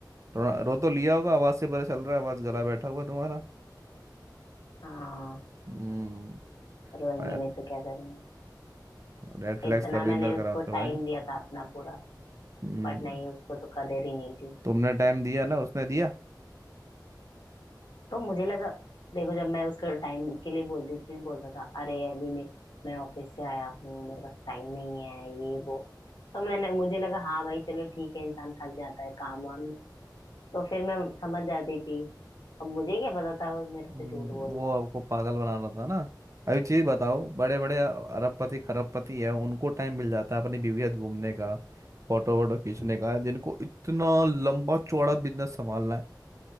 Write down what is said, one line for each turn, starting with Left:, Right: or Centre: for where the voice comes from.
Right: रो, रो तो लिया होगा आवाज से पता चल रहा है आवाज गला बैठा हुआ तुम्हारा
Left: हाँ
Right: हम्म
Left: रोएंगे
Right: फायर
Left: नहीं तो क्या करेंगे
Right: रेड फ्लैग्स
Left: इतना
Right: का बिगनर
Left: मैंने
Right: करा
Left: उसको
Right: करो
Left: टाइम
Right: भाई
Left: दिया था अपना पूरा
Right: हम्म
Left: बट नहीं उसको तो कदर ही नहीं थी
Right: तुमने टाइम दिया ना उसने दिया
Left: तो मुझे लगा देखो जब मैं उसके टाइम के लिए बोलती थी बोलता था अरे अभी मैं मैं ऑफिस से आया हूँ मेरे पास टाइम नहीं है ये वो तो मैंने मुझे लगा हाँ भाई चलो ठीक है इंसान थक जाता है काम वाम में तो फिर मैं समझ जाती थी अब मुझे क्या पता था वो मेरे
Right: हम्म,
Left: से झूठ बोल
Right: वो
Left: रहा
Right: आपको पागल बना रहा था ना अभी चीज बताओ बड़े बड़े अरबपति खरबपति है उनको टाइम मिल जाता है अपनी बीवी के साथ घूमने का फोटो वोटो खींचने
Left: है हम्म
Right: का जिनको इतना लंबा चौड़ा बिजनेस संभालना है